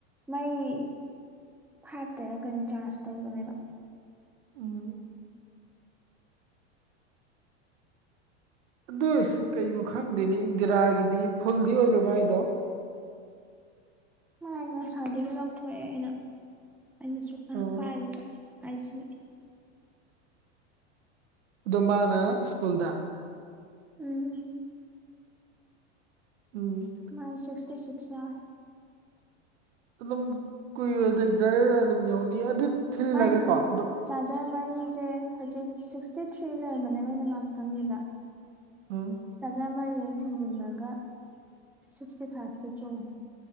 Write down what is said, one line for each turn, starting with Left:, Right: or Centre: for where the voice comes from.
Centre: ꯃꯩ ꯐꯥꯏꯞ ꯇꯩꯔ ꯀꯩꯅꫭ ꯌꯔꯥꯁ ꯊꯧꯒꯤꯕꯅꯦꯕ
Right: ꯎꯝ ꯑꯗꯨ ꯑꯣꯏꯁꯨ ꯀꯩꯅꯣ ꯈꯪꯗꯣꯏꯅꯦ ꯏꯟꯗꯤꯔꯥꯒꯤꯗꯤ ꯐꯨꯜꯗꯤ ꯑꯣꯏꯕ ꯃꯥꯏꯗꯣ
Centre: ꯃꯥꯥꯏ ꯉꯁꯥꯏꯗꯨꯁꯨ ꯂꯧꯊꯣꯛꯑꯦ ꯑꯩꯅ ꯑꯩꯅꯁꯨ ꯉꯥꯏꯍꯥꯛ
Right: ꯑꯣ
Centre: ꯄꯥꯏꯔꯨꯕ ꯑꯥꯏꯖꯤ
Right: ꯑꯗꯨ ꯃꯅ ꯁ꯭ꯀꯨꯜꯗ
Centre: ꯎꯝ
Right: ꯎꯝ
Centre: ꯃꯩ ꯁꯤꯛꯇꯤꯁꯤꯛ ꯌꯥꯎꯔꯤ
Right: ꯑꯗꯨꯝ ꯀꯨꯏꯔꯣꯏꯗ ꯖꯔꯔ ꯑꯗꯨꯝ ꯌꯥꯎꯅꯤ ꯑꯗꯨ ꯊꯤꯜꯂꯒꯀꯣ
Centre: ꯃꯥꯥꯏꯗꯤ
Right: ꯑꯗꯨ
Centre: ꯆꯥꯔꯖꯔ ꯃꯔꯤꯁꯦ ꯍꯧꯖꯤꯛ ꯁꯤꯛꯁꯇꯤ ꯊ꯭ꯔꯤ ꯂꯩꯔꯝꯕꯅꯦꯕꯩꯅ ꯉꯥꯏꯍꯥꯛꯇꯪꯒꯤꯕ
Right: ꯎꯝ
Centre: ꯆꯥꯖꯔ ꯃꯔꯤꯖ ꯍꯦꯛ ꯊꯤꯟꯖꯤꯟꯂꯒ ꯁꯤꯛꯁꯇꯤ ꯐꯥꯏꯞꯇ ꯆꫭꯡꯉꯤ